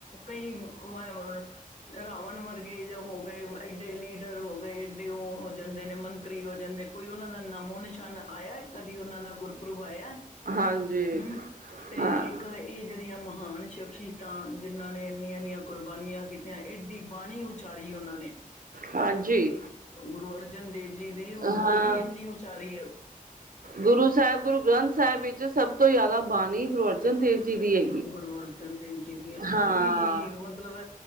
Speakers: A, on the left; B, on the right.
A: ਕਈ <unintelligible> ਰਾਵਣ ਵਰਗੇ ਹੋ ਗਏ, ਏਡੇ ਲੀਡਰ ਹੋ ਗਏ, ਏਡੇ ਉਹ ਹੋ ਜਾਂਦੇ ਨੇ ਮੰਤਰੀ ਹੋ ਜਾਂਦੇ ਕੋਈ ਉਹਨਾਂ ਦਾ ਨਾਮੋ ਨਿਸ਼ਾਨ ਆਇਆ ਕਦੀ ਉਹਨਾਂ ਦਾ ਗੁਰਪੁਰਬ ਆਇਆ।
B: ਹਾਂਜੀ,
A: ਹਮ ਤੇ
B: ਹਾਂ,
A: ਗਏ। ਇਹ ਜਿਹੜੀਆਂ ਮਹਾਨ ਸ਼ਖਸੀਅਤਾਂ ਜਿਹਨਾਂ ਨੇ ਇੰਨੀਆਂ- ਇੰਨੀਆਂ ਕੁਰਬਾਨੀਆਂ ਕੀਤੀਆਂ ਏਡੀ ਬਾਣੀ ਉਚਾਰੀ ਉਨਾਂ ਨੇ।
B: ਹਾਂਜੀ।
A: ਗੁਰੂ ਅਰਜਨ ਦੇਵ ਜੀ ਨੇ
B: ਹਾਂ,
A: ਬਾਣੀ ਇੰਨੀ ਉਚਾਰੀ ਏ।
B: ਗੁਰੂ ਸਾਹਿਬ ਗੁਰੂ ਗ੍ਰੰਥ ਸਾਹਿਬ ਵਿੱਚ ਸਭ ਤੋਂ ਜਾਦਾ ਬਾਣੀ ਗੁਰੂ ਅਰ ਜਨ ਦੇਵ ਜੀ ਦੀ ਹੈ
A: ਗੁਰੂ ਅਰਜਨ ਦੇਵ ਜੀ ਦੀ
B: ਹਾਂ,
A: ਫਿਰ ਵੀ ਮਤਲਬ